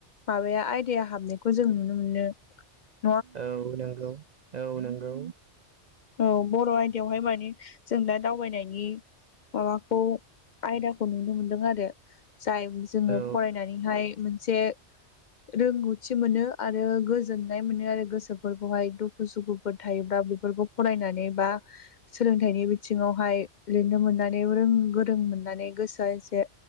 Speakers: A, on the left; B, on the right.
A: माबाया आय दाया हाबनायखौ जों नुनो मोनो ।
B: औ नंगौ औ नंगौ
A: औ बर' आयदायावहाय मानि जों दा दावबायनायनि माबाखौ आयदाखौ नुनो मोनदों आरो जाय जोङो
B: औ
A: फरायनानैहाय मोनसे रोंगौथि मोनो । आरो गोजोननाय मोनो आरो गोसोफोरखौहाय दुखु सुखुफोर थायोब्ला बेफोरखौ फरायनानै बा सोलोंथाइनि बिथिङावहाय लिरनो मोननानै रों गोरों मोननानै गोसोआ एसे